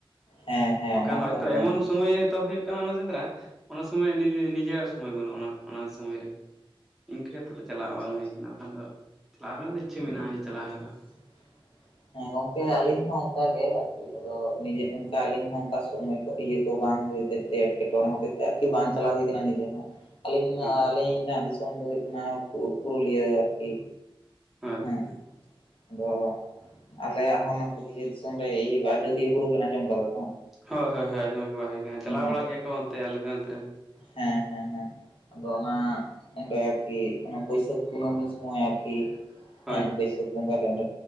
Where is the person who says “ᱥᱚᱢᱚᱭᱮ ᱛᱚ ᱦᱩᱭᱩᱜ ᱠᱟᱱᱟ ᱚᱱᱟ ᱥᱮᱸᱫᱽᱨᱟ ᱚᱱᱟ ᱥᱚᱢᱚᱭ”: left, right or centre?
Centre